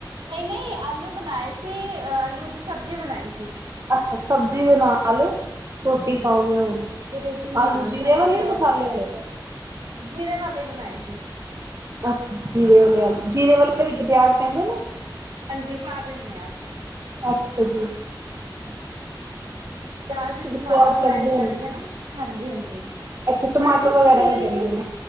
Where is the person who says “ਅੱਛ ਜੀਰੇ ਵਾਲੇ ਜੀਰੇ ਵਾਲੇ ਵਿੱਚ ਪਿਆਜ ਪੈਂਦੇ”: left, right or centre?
Right